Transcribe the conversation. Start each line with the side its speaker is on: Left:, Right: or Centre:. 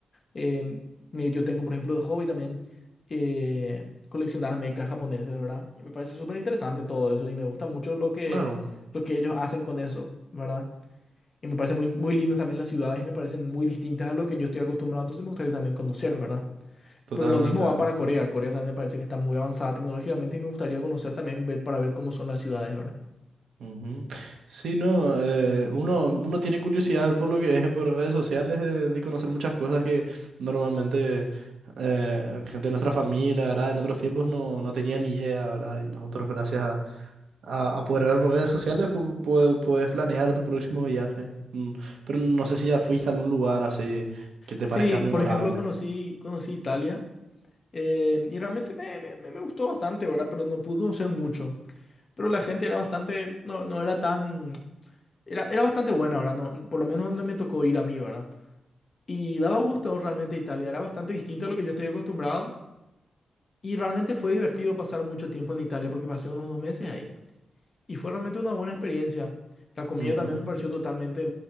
Left: Eh, me- yo tengo, por ejemplo, de hobby también eh, coleccionar mechas japoneses, ¿verdad? Y me parece súper interesante todo eso y me gusta mucho lo que,
Right: claro,
Left: lo que ellos hacen con eso, ¿verdad? Y me parece muy, muy lindas también las ciudades y me parecen muy distintas a lo que yo estoy acostumbrado, entonces me gustaría también conocer, ¿verdad?
Right: totalmente.
Left: Pero lo mismo va para Corea. Corea también me parece que está muy avanzada tecnológicamente y me gustaría conocer también, ver para ver cómo son las ciudades, ¿verdad?
Right: Ujú. Sí, no, eh, uno, uno tiene curiosidad por lo que es por redes sociales de, de conocer muchas cosas que normalmente eh, gente de nuestra familia, ¿verdad? En otros tiempos no, no tenía ni idea, ¿verdad? Y nosotros gracias a, a, a poder ver por redes sociales pu- pu- puedes planear tu próximo viaje. Mm, Pero no sé si ya fuiste a algún lugar así que te
Left: Sí,
Right: parezca memorable.
Left: por ejemplo, conocí, conocí Italia eh, y realmente me, me me- me gustó bastante, ¿verdad? Pero no pude conocer mucho. Pero la gente era bastante, no, no era tan, era, era bastante buena, ¿verdad? No, por lo menos donde me tocó ir a mí, ¿verdad? Y daba gusto realmente Italia, era bastante distinto a lo que yo estoy acostumbrado y realmente fue divertido pasar mucho tiempo en Italia porque pasé unos dos meses ahí y fue realmente una buena experiencia. La comida
Right: Ujú.
Left: también me pareció totalmente,